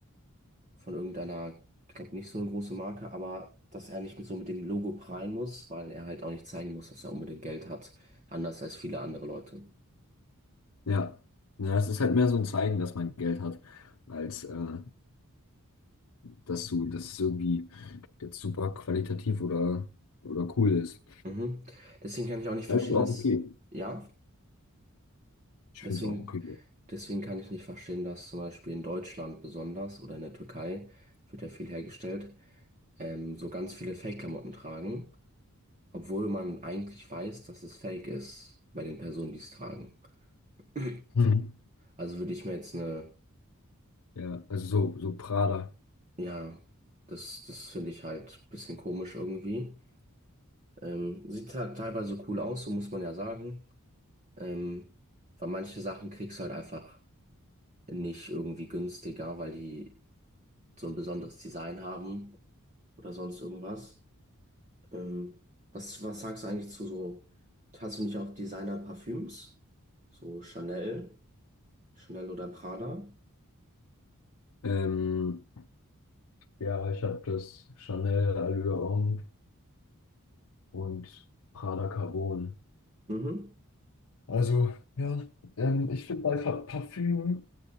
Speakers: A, on the right; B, on the left.
A: von irgendeiner, ich glaube nicht so eine große Marke, aber dass er nicht mit so mit dem Logo prahlen muss, weil er halt auch nicht zeigen muss, dass er unbedingt Geld hat, anders als viele andere Leute.
B: Ja. Ja, es ist halt mehr so ein Zeigen, dass man Geld hat, als äh, dass du, dass es irgendwie jetzt super qualitativ oder, oder cool ist.
A: Mhm. Deswegen kann ich auch nicht verstehen,
B: Ja, ist auch
A: dass,
B: okay.
A: ja?
B: Ich
A: Deswegen,
B: finde es auch okay.
A: deswegen kann ich nicht verstehen, dass zum Beispiel in Deutschland besonders oder in der Türkei wird ja viel hergestellt, ähm, so ganz viele Fake-Klamotten tragen, obwohl man eigentlich weiß, dass es Fake ist bei den Personen, die es tragen. <clears throat>
B: Mhm.
A: Also würde ich mir jetzt eine,
B: Ja, also so, so Prada.
A: ja, das, das finde ich halt ein bisschen komisch irgendwie. Ähm, sieht halt teilweise cool aus, so muss man ja sagen. Ähm, weil manche Sachen kriegst du halt einfach nicht irgendwie günstiger, weil die so ein besonderes Design haben oder sonst irgendwas. Ähm, was, was sagst du eigentlich zu so, hast du nicht auch Designer-Parfüms? So Chanel, Chanel oder Prada?
B: Ähm, ja, ich habe das Chanel Allure Homme und Prada Carbon.
A: Mhm,
B: Also, ja, ähm, ich finde bei Fa- Parfüm,